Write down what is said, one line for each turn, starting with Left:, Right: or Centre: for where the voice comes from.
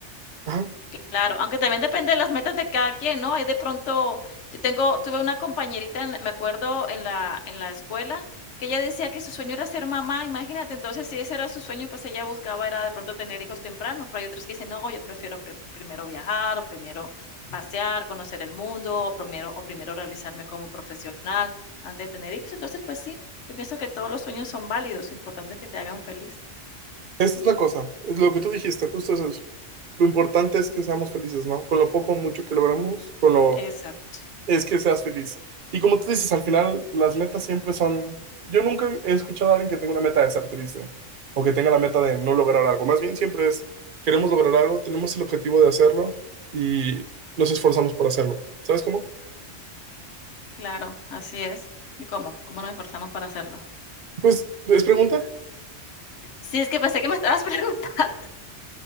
Right: Ajá.
Left: Claro, aunque también depende de las metas de cada quien, ¿no? Hay de pronto, yo tengo, tuve una compañerita, en la- me acuerdo en la, en la escuela, que ella decía que su sueño era ser mamá, imagínate, entonces si ese era su sueño, pues ella buscaba era de pronto tener hijos temprano, pero hay otras que dicen, no, yo prefiero pre- primero viajar, o primero pasear, conocer el mundo, o primero, o primero realizarme como profesional antes de tener hijos. Entonces, pues sí, yo pienso que todos los sueños son válidos, importante es que te hagan feliz.
Right: Esa es la cosa, es lo que tú dijiste, justo es eso. Lo importante es que seamos felices, ¿no? Con lo poco o mucho que logramos, con lo
Left: Exacto,
Right: es que seas feliz. Y como tú dices, al final las metas siempre son... Yo nunca he escuchado a alguien que tenga una meta de ser triste o que tenga la meta de no lograr algo. Más bien siempre es, queremos lograr algo, tenemos el objetivo de hacerlo y nos esforzamos por hacerlo. ¿Sabes cómo?
Left: claro, así es. ¿Y cómo? ¿Cómo nos esforzamos para hacerlo?
Right: Pues, ¿es pregunta?
Left: Sí, es que pensé que me estabas <laughs> preguntando.